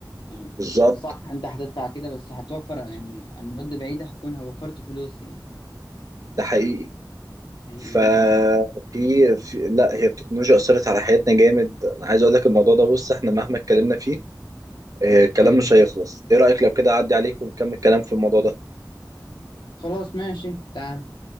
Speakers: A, on the left; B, on the right.
A: يعني
B: بالظبط
A: صح انت هتدفع كده بس هتوفر يعني على المدة بعيدة هتكون وفرت فلوس يعني
B: ده حقيقي
A: حقيقي
B: ففي
A: جدا
B: في لا هي التكنولوجيا اثرت على حياتنا جامد انا عايز اقول لك الموضوع ده بص احنا مهما اتكلمنا فيه آه، الكلام
A: ايوه
B: مش هيخلص ايه رايك لو كده اعدي عليك ونكمل كلام في الموضوع ده
A: خلاص ماشي تعال